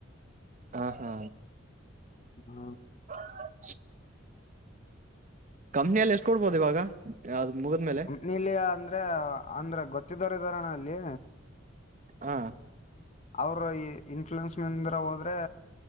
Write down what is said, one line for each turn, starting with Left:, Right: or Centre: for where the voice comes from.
Right: ಹಾ ಹಾ
Left: ಹ್ಮ
Right: ಹ ಕಂಪ್ನಿಯಲ್ಲಿ ಎಷ್ಟು ಕೊಡ್ಬೋದು ಇವಾಗ ಅವ್ ಮುಗಿದ್ಮೇಲೆ
Left: ನಿಲ್ಲಿ ಅಂದ್ರೆ ಅಂದ್ರೆ ಗೊತ್ತಿದ್ದೊರ್ ಇದಾರಣ ಅಲ್ಲಿ.
Right: ಹಾ
Left: ಅವ್ರ ಇನ್ಫ್ಲೂಯನ್ಸ್ ಮಂದ್ರ ಹೋದ್ರೆ